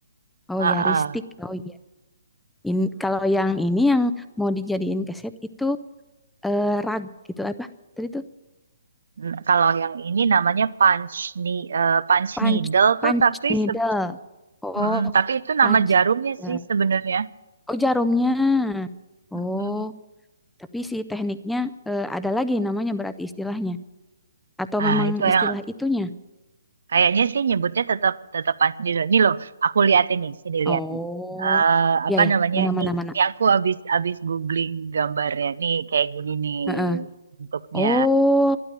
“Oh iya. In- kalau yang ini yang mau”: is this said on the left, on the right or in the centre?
Centre